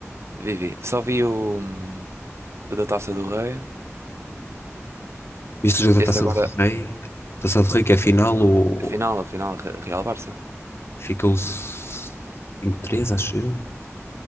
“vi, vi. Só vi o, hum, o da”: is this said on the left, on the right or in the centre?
Right